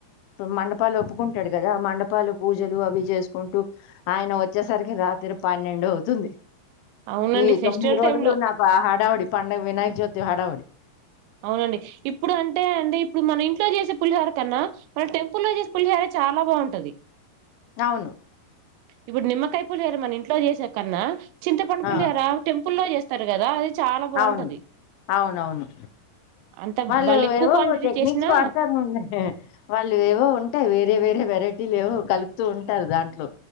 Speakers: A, on the left; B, on the right.
A: మండపాలు ఒప్పుకుంటాడు కదా ఆ మండపాలు పూజలు అవి చేసుకుంటూ ఆయన వ వచ్చేసరికి రాత్రి పన్నెండు అవుతుంది
B: అవునండి
A: ఈ
B: ఫెస్టివల్
A: తొమ్మిది రోజులు
B: టైమ్ లో
A: నాకు ఆ హడావుడి పంండగ వినాయక చవితి హడావిడి
B: అవునండి ఇప్పుడు అంటే అంటే ఇప్పుడు మన ఇంట్లో చేసే పులిహోర కన్నా మన టెంపుల్ల్లో చేసే పులిహోర చాలా బాగుంటది
A: అవును
B: ఇప్పుడు నిమ్మకాయ పులిహోర మన ఇంట్లో చేసే కన్నా చింతపండు పులిహోర
A: ఆ!
B: టెంపుల్ల్లో చేస్త త్తరు కదా అది చాలా బాగుంటది
A: అవును అవునవును
B: అంత
A: వాళ్ళు
B: ఎక్కువ
A: ఏవో
B: క్వాంటిటీ
A: టెక్నిక్స్
B: చేసినా
A: వాడతారు వాళ్ళు ఏవో ఉంటాయి వేరే వేరే వెరైటీ వ లేవో కలుపుతూ ఉంటారు దాంట్లో